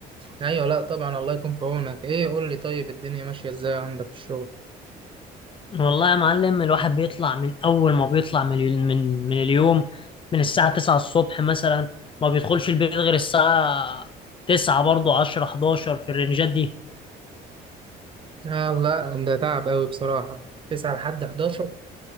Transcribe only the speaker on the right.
ايوه لا طبعا الله يكون في عونك ايه قول لي طيب الدنيا ماشيه ازاي عندك في الشغل
آه لا ده تعب قوي بصراحه 9 لحد 11